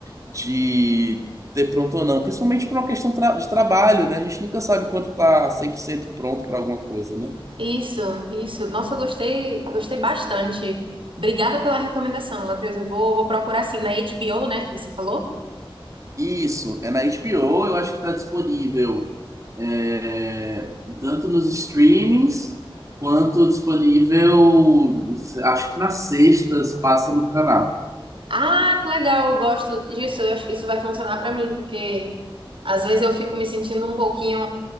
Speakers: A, on the right; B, on the right.
A: de ter pronto ou não, principalmente por uma questão tra- de trabalho, né? A gente nunca sabe quando tá cem por cento pronto para alguma coisa, né?
B: isso, isso. Nossa, eu gostei, gostei bastante. Obrigada pela recomendação, Matheus. Eu vou, vou procurar assim na HBO, né, que você falou.
A: Isso, é na HBO, eu acho que tá disponível é, tanto nos streamings quanto disponível, acho que nas sextas passa no canal.
B: Ah, que legal, eu gosto disso. Eu acho que isso vai funcionar pra mim, porque Às vezes eu fico me sentindo um pouquinho